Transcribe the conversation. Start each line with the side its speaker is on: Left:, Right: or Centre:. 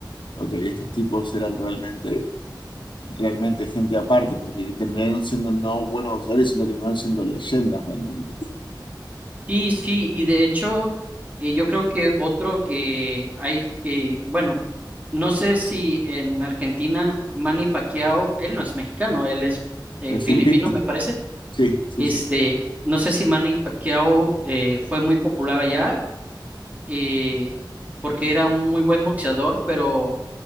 Left: ok, estos tipos eran realmente, realmente gente aparte, porque terminaron siendo no buenos boxeadores, sino terminaron siendo leyendas realmente.
Right: Sí, sí, y de hecho, eh, yo creo que otro que hay que, bueno, no sé si en Argentina Manny Pacquiao, él no es mexicano, él es eh,
Left: En
Right: filipino,
Left: Ah,
Right: me parece.
Left: sí, sí,
Right: Este,
Left: sí,
Right: no sé si Manny Pacquiao eh, fue muy popular allá, eh, porque era un muy buen boxeador, pero